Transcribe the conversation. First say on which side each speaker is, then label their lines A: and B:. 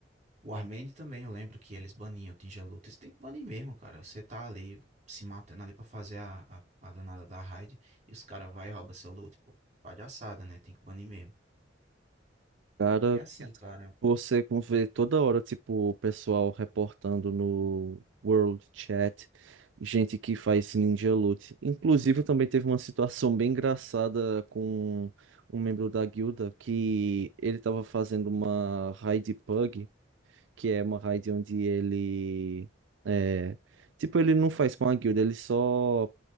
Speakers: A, on the right; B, on the right.
A: O Warmade também, eu lembro que eles baniam Tinja Luta. Lutas. Tem que banir mesmo, cara. Você tá ali se matando ali pra fazer a, a, a danada da raid e os caras vai e rouba seu loot, pô. Palhaçada, né? Tem que banir mesmo.
B: Cara,
A: E é assim, cara.
B: Você como vê toda hora, tipo, o pessoal reportando no World Chat, gente que faz Ninja Loot. Inclusive, também teve uma situação bem engraçada com um membro da guilda que ele tava fazendo uma raid pug, que é uma raid onde ele é, tipo, ele não faz com a guilda, ele só